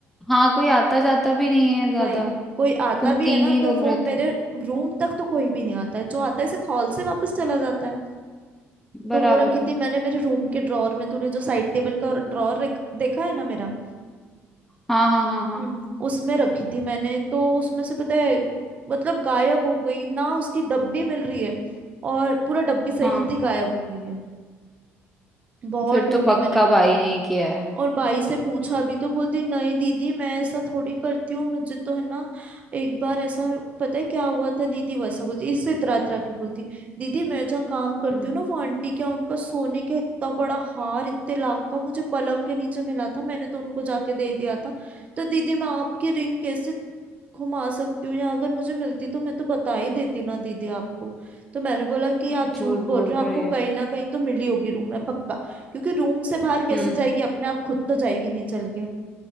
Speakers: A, in the centre; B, on the right (about 30°).
A: हाँ कोई आता जाता भी नहीं है ज्यादा
B: वही कोई आता
A: तुम
B: भी
A: तीन
B: है ना
A: ही
B: तो
A: लोग
B: वो
A: रहते
B: मेरे रूम तक तो कोई भी नहीं आता है जो आता है सिर्फ हॉल से वापस चला जाता है
A: बराबर
B: तो वो रखी
A: है
B: थी मैंने मेरे रूम के ड्रॉर में तूने जो साइड टेबल का ड्रॉर देखा है ना मेरा
A: हाँ हाँ हाँ हाँ
B: हम्म उसमें रखी थी मैंने तो उसमें से पता है मतलब गायब हो गई ना उसकी डब्बी मिल रही है और पूरा डब्बी सहित
A: हाँ
B: ही गायब हो गई है बहुत
A: फिर
B: ढूंढी
A: तो पक्का
B: मैंने
A: भाई ने ही किया है
B: और भाई से पूछा भी तो बोलती नहीं दीदी मैं ऐसा थोड़ी करती हूँ मुझे तो है ना एक बार ऐसा पता है क्या हुआ था दीदी वैसा बोलती इससे इतरा इतरा के बोलती दीदी मैं जहाँ काम करती
A: हम्म,
B: हूँ ना वो आंटी क्या उनका सोने का इतना बड़ा हार इतने लाख का मुझे पलंग के नीचे मिला था मैंने तो उनको जाके दे दिया था तो दीदी मैं आपकी रिंग कैसे घुमा सकती हूँ या अगर मुझे मिलती तो मैं तो बता ही देती ना दीदी आपको तो मैंने बोला कि आप झूठ
A: झूठ
B: बोल
A: बोल
B: रहे हो आपको
A: रही है
B: कहीं ना कहीं तो मिली होगी रूम में पक्का क्योंकि रूम से बाहर कैसे
A: हम्म
B: जाएगी अपने आप खुद तो जाएगी नहीं चल के